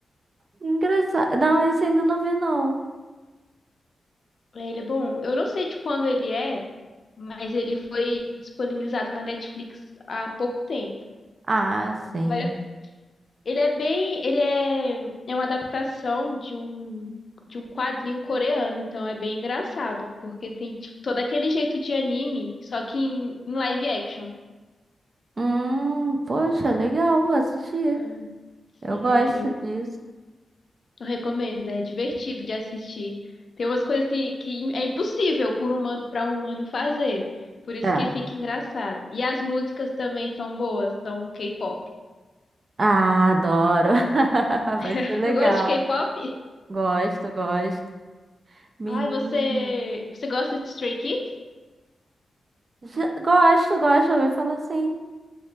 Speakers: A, on the right; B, on the left.
A: Engraçado. Não, esse ainda não vi, não.
B: É, Ele é bom. Eu não sei de quando ele é. mas ele foi disponibilizado na Netflix há pouco tempo.
A: Ah, sim.
B: Vale a- Ele é bem, ele é, é uma adaptação de um de um quadrinho coreano, então é bem engraçado, porque tem tipo, todo aquele jeito de anime, só que em, em live action.
A: Hum, poxa, legal, vou assistir.
B: Ah, sim,
A: Eu gosto
B: é, eu,
A: disso.
B: eu recomendo, é divertido de assistir. Tem umas coisas assim que é impossível por humano, para um humano fazer. Por isso
A: É.
B: que fica engraçado. E as músicas também são boas, são K-pop.
A: Ah, adoro. <laughs> Vai
B: <laughs>
A: ser legal.
B: Tu gosta de K-pop?
A: Gosto, gosto. Menina.
B: Ai, você, você gosta de Stray Kids?
A: já- Gosto, gosto. Eu ouvi falar assim.